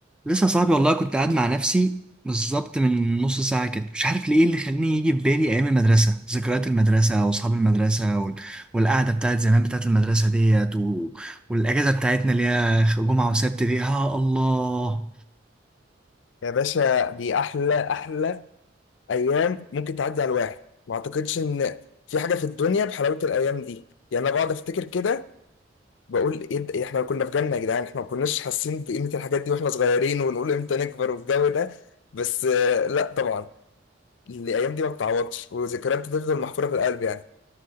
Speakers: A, in the centre; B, on the left.
A: لسه صاحبي والله كنت قاعد مع نفسي بالظبط من نص ساعة كده مش عارف ليه اللي خلاني يجي في بالي أيام المدرسة ذكريات المدرسة وأصحاب المدرسة وال... والقعدة بتاعت زمان بتاعت المدرسة ديت و... والأجازة بتاعتنا اللي هي جمعة وسبت دي يا الله
B: يا باشا دي احلى احلى ايام ممكن تعدي على الواحد ما اعتقدش ان في حاجه في الدنيا بحلاوه الايام دي يعني انا بقعد افتكر كده بقول ايه ده- إيه احنا كنا في جنه يا جدعان احنا ما كناش حاسين بقيمه الحاجات دي واحنا صغيرين ونقول امتى نكبر والجو ده بس آه، لا طبعا الايام دي ما بتعوضش وذكريات بتفضل محفوره في القلب يعني